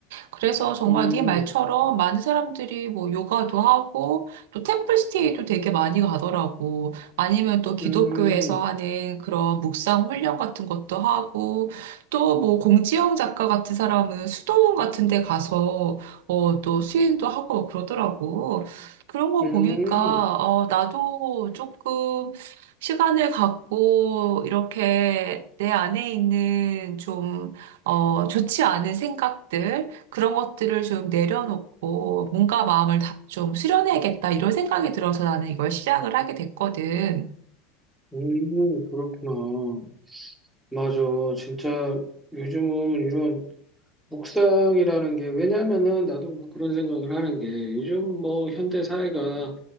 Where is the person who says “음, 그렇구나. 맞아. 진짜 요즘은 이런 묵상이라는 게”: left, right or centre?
Centre